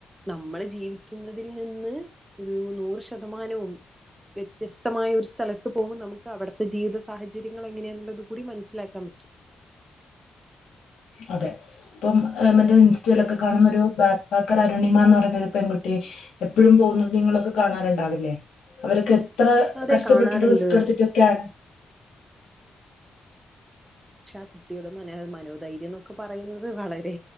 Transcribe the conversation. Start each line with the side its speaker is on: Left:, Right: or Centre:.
Right: നമ്മള് ജീവ ുന്നതിൽ നിന്ന് ഒരു നൂറ് ശതമാനവും വ്യത്യസ് ശക്തമായ സ്ലത്ത് പോകുമ്പൾ നമുക്ക് അവിടുത്തെ ജീവിത സാഹചര്യങ്ങനെയുള്ളത് കൂ മനസിലാക്കി തമിച്ച
Left: അതെ ഇപ്പം മറ്റ ഇൻസ്റ്റയിലൊക്കെ കാണുന്ന ഒരു ബാക്ക് പാക്കർ അരുണിമ എന്ന് പറഞ്ഞൊരു പെൺകുട്ടി എപ്പോഴും പോകുന്നത് നിങ്ങളൊക്കെ കാണാറുണ്ടാവില്ലേ അവരൊക്കെ എത്ര
Right: അതെ
Left: കഷ്ടപ്പെട്ടിട്ട്
Right: കാണാറുണ്ട്
Left: റിസ്ക് എടുത്തിട്ടൊക്കെയാണ്
Right: പക്ഷെ ആ കുട്ടിയുടെ മനോ മനോധൈര്യം എന്നൊക്കെ പറയുന്നത് വളരെ